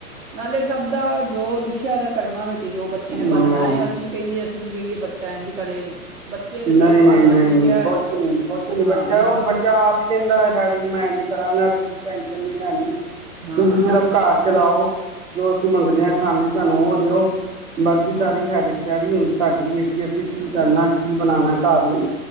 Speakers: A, on the right; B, on the right.
A: ਨਾਲੇ ਸਭ ਦਾ ਜੋ ਲਿਖਿਆ ਦਾ ਕਰਮਾਂ ਵਿੱਚ ਜੋ ਬੱਚੇ ਨੇ
B: ਹੂੰ
A: ਬਨਨਾ ਹੈ ਅਸੀਂ ਕਹੀਏ ਅਸੀਂ ਕਹੀਏ ਬੱਚਾ ਇੰਝ ਕਰੇ ਬੱਚੇ ਦੇ
B: ਨਹੀਂ
A: ਜੋ ਭਾਗਾਂ
B: ਨਹੀਂ ਨਹੀਂ
A: 'ਚ ਲਿਖਿਆ
B: ਨਹੀਂ ਕੁਛ ਨੀ -ਕੁਛ ਨੀ
A: ਹਾਂ
B: ਬੱਚਾ ਹੁਣ
A: ਹਨ
B: ਬੱਚਾ ਆਪ ਹੀ ਕਹਿੰਦਾ ਡੈਡੀ ਨੂੰ ਮੈਂ ਇਜ ਕਰਾਂਗਾ ਤੁਸੀਂ ਟੈਸ਼ਨ ਨੀ ਲੈਣੀ
A: ਹਾਂ
B: ਤੁਸੀਂ ਸਿਰਫ਼ ਘਰ ਚਲਾਓ ਜੋ ਅਸੀਂ ਮੰਗਦੇ
A: ਜੀ
B: ਹਾਂ ਖਾਣ ਲਈ ਸਾਨੂੰ ਉਹ ਦਿਓ,
A: ਹਾਂ
B: ਬਾਕੀ
A: ਨਹੀਂ ਨਹੀਂ
B: ਸਾਰੀ ਹੈਡਿਕ ਡੈਡੀ ਹੁਣ ਸਾਡੀ ਏ ਅਸੀਂ
A: ਨਹੀਂ
B: ਕੀ
A: ਨਹੀਂ
B: ਕਰਨਾ ਕੀ ਬਣਾਣਾ ਘਰ ਲਈ